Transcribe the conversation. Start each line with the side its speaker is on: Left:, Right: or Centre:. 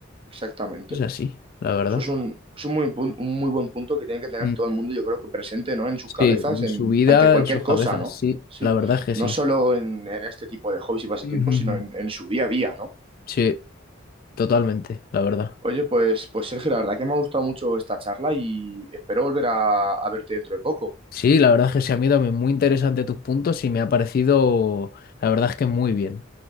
Right: Exactamente.
Left: Es así, la verdad.
Right: Eso es un, es un muy, pun- un muy buen punto que tiene que tener
Left: Mm.
Right: todo el mundo, yo creo que presente, ¿no? En sus
Left: Sí,
Right: cabezas,
Left: en
Right: en,
Left: su vida,
Right: ante cualquier
Left: en sus
Right: cosa,
Left: cabezas,
Right: ¿no?
Left: sí.
Right: Sí,
Left: La verdad es que
Right: no
Left: sí.
Right: solo en, en este tipo de hobbies y pasatiempos,
Left: Ujú.
Right: sino en, en su día a día, ¿no?
Left: Sí, totalmente, la verdad.
Right: Oye, pues, pues Sergio, la verdad que me ha gustado mucho esta charla y espero volver a a verte dentro de poco.
Left: Sí, la verdad es que se han ido muy interesante tus puntos y me ha parecido, la verdad es que muy bien.